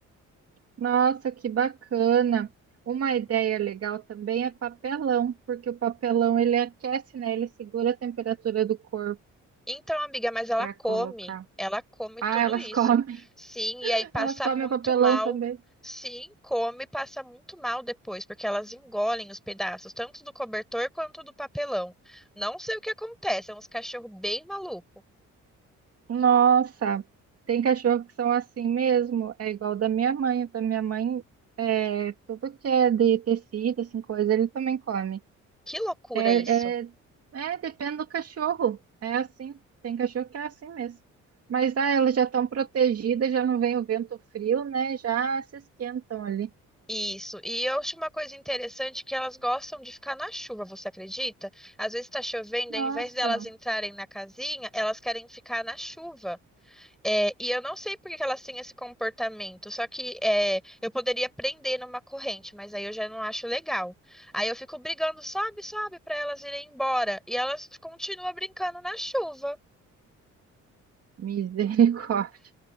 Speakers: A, on the right; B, in the centre.
A: Nossa, que bacana. Uma ideia legal também é papelão, porque o papelão ele aquece, né? Ele segura a temperatura do corpo
B: Então, amiga, mas ela
A: para
B: come,
A: colocar.
B: ela come
A: Ah,
B: tudo
A: elas
B: isso.
A: comem.
B: Sim, e
A: <laughs>
B: aí passa
A: Elas comem
B: muito
A: o papelão
B: mal.
A: também.
B: Sim, come, e passa muito mal depois, porque elas engolem os pedaços, tanto do cobertor quanto do papelão. Não sei o que acontece, é uns cachorros bem malucos.
A: Nossa, tem cachorro que são assim mesmo. É igual da minha mãe. Da minha mãe, é, tudo que é de tecido, assim, coisa, ele também come.
B: Que loucura
A: É,
B: isso.
A: é, é, depende do cachorro. É assim. Tem cachorro que é assim mesmo. Mas ah, elas já estão protegidas, já não vem o vento frio, né? Já se esquentam ali.
B: Isso, e eu acho uma coisa interessante que elas gostam de ficar na chuva, você acredita? Às vezes está chovendo,
A: Nossa,
B: ao invés delas entrarem na casinha, elas querem ficar na chuva. É, e eu não sei por que que elas têm esse comportamento, só que é, eu poderia prender numa corrente, mas aí eu já não acho legal. Aí eu fico brigando, sobe, sobe, para elas irem embora, e elas continuam brincando na chuva.
A: misericórdia.